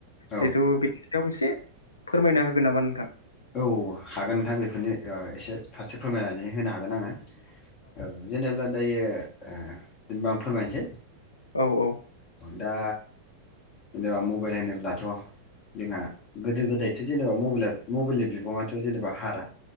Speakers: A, on the left (about 35°); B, on the left (about 75°).
A: औ
B: जिथु बेनि बेखौ एसे फोरमायना होगोन नामा नोंथां
A: औ हागोन नोंथां बेफोरनो एसे फारसे फोरमायनानै होनो हागोन आङो औ जेनेबा दायो ए जेनेबा आं फोरमायनोसै
B: औ औ
A: दा जेनेबा मबाइल होनोब्लाथ' जोंहा गोदो गोदायथ' जेनेबा मबाइलआ मबाइलनि बिबाङाथ' जेनेबा हारा